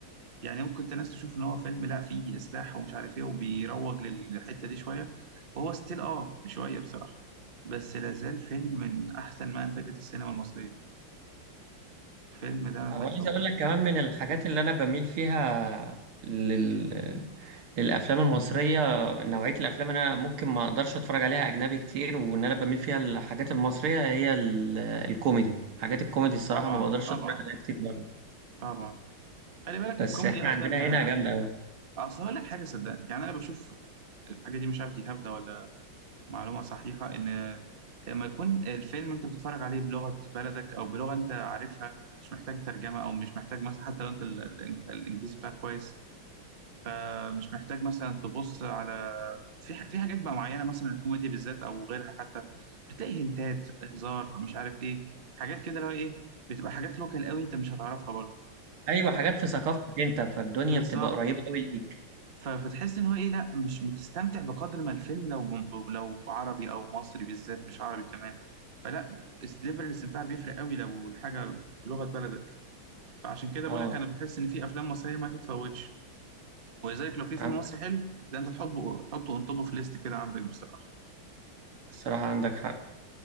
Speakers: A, on the right; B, on the right.
A: يعني ممكن انت ناس تشوف ان هو فيلم لا فيه اسلاح ومش عارف ايه وبيروج للحته دي شويه وهو ستيل اه شويه بصراحه بس لازال فيلم من احسن ما انتجت السينما المصريه الفيلم ده ما
B: وعايز
A: يتفوتش
B: أقول لك كمان من الحاجات اللي أنا بميل فيها لل... للأفلام المصرية نوعية الأفلام اللي أنا ممكن ما أقدرش أتفرج عليها أجنبي كتير وإن أنا بميل فيها الحاجات المصرية هي ال... الكوميدي حاجات الكوميدي الصراحة
A: طبعا
B: ما بقدرش
A: طبعا
B: أتفرج عليها كتير برضه
A: طبعا خلي بالك
B: بس
A: الكوميدي
B: إحنا
A: اصلا
B: عندنا هنا جامدة أوي
A: اصل هقول لك حاجه صدقني يعني انا بشوف الحاجه دي مش عارف دي هبده ولا معلومه صحيحه ان لما يكون الفيلم انت بتتفرج عليه بلغه بلدك او بلغه انت عارفها مش محتاج ترجمه او مش محتاج مثلا حتى لو انت ال- ال- الانجليزي بتاعك كويس فمش محتاج مثلا تبص على في ح- في حاجات بقى معينه مثلا الكوميدي بالذات او غيرها حتى بتلاقي هنتات هزار مش عارف ايه حاجات كده اللي هو ايه بتبقى حاجات لوكال قوي انت مش هتعرفها برضه
B: أيوة حاجات في ثقافتك أنت فالدنيا
A: فبالظبط
B: بتبقى قريبة أوي ليك
A: ف- فتحس ان هو ايه لا مش بتستمتع بقدر ما الفيلم لو ب- لو عربي او مصري بالذات مش عربي كمان فلا بس ليفل الاستمتاع بيفرق قوي لو الحاجه بلغه بلدك فعشان كده بقولك
B: اه
A: انا بحس ان في افلام مصريه ما تتفوتش ولذلك لو في فيلم
B: عندك
A: مصري حلو ده انت تحبه حطه اون توب اوف ليست كده عندك بصراحه
B: الصراحة عندك حق